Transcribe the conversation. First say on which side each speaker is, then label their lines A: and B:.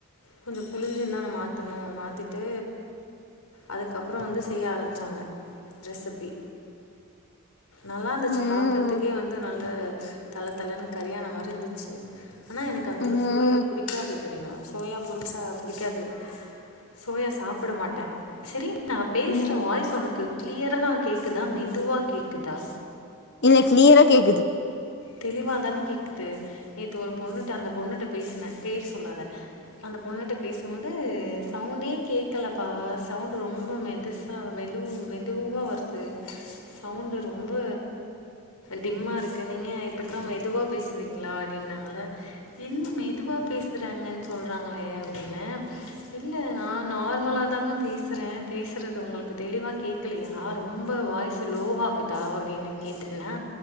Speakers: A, on the left; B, on the left.
A: கொஞ்சோ புழிஞ்சுந்தான மாத்துனோ மாத்திட்டு அதுக்கப்புறோ வந்து செய்ய ஆரம்பிச்சாங்க ரெசிபி நல்லா இந்துச்சு
B: ம்
A: பாக்கறதுக்கே வந்து நல்ல தலத்தலன்னு கறியானம் மாரி இந்துச்சு ஆனா எனக்கு அந்தளவு
B: ம்
A: சோயா புடிக்காது தெரியுமா சோயா புடிச்சா புடிக்காது சோயா சாப்பிட மாட்டே செரி நா பேசுற
B: ம்
A: வாய்ஸ் உனக்கு க்ளியராதா கேக்குதா மெதுவா கேக்குதா
B: இல்ல க்ளியரா கேக்குது
A: தெளிவாதான கேக்குது நேத்து ஒரு பொண்ணுட்ட அந்த பொண்ணுட்ட பேசுனே பேரு சொல்லாத அந்த பொண்ணுட்ட பேசும்போது சவுண்டே கேக்கலப்பா சவுண்டு ரொம்ப மெதுசா சா மெலு மெதுவா வருது சவுண்டு ரொம்ப டிம்மா இருக்கு நீங்க இப்படித்தா மெதுவா பேசுவீங்ளா அடின்னாங்கள என்ன மெதுவா பேசுறாங்கன் சொல்றாங்களே அப்டீனு இல்ல நா நார்மலாதாங்க பேசுறே பேசுறது உங்களுக்கு தெளிவா கேக் கலயா ரொம்ப வாய்ஸ் லோவாகுதா அப்டினு கேட்டனா